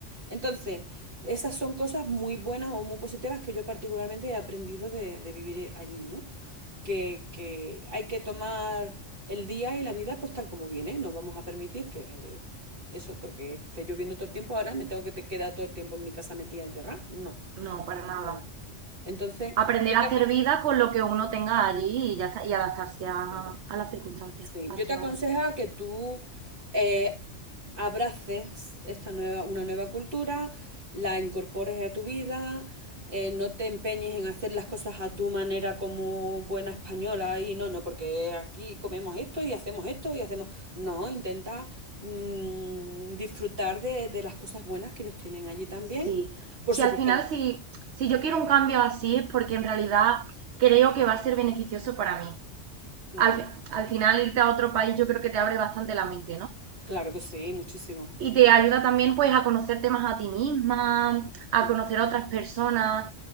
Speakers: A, on the right; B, on the right.
A: Entonces, esas son cosas muy buenas o muy positivas que yo particularmente he aprendido de, de vivir allí, ¿no? que, que hay que tomar el día y la vida pues tal como viene. No vamos a permitir que eh, eso, porque esté lloviendo todo el tiempo ahora, me tengo que te- quedar todo el tiempo en mi casa metida encerrada. No.
B: No, para nada.
A: No. Entonces,
B: aprender
A: yo te
B: a hacer
A: aconsejo,
B: vida con lo que uno tenga allí y ya está, y adaptarse a,
A: claro,
B: a las circunstancias
A: Sí,
B: actuales.
A: yo te aconsejo que tú eh, abraces esta nueva, una nueva cultura, la incorpores a tu vida, eh, no te empeñes en hacer las cosas a tu manera como buena española y no, no, porque aquí comemos esto y hacemos esto y hacemos... No, intenta mm, disfrutar de, de las cosas buenas que ellos tienen allí también.
B: Sí,
A: Por
B: sí,
A: supuesto,
B: al final, si, si yo quiero un cambio así es porque en realidad creo que va a ser beneficioso para mí.
A: claro,
B: Al, fi- al final, irte a otro país yo creo que te abre bastante la mente, ¿no?
A: claro que sí, muchísimo.
B: Y
A: Mm,
B: te ayuda también pues a conocerte más a ti misma, a
A: mm,
B: conocer a otras personas.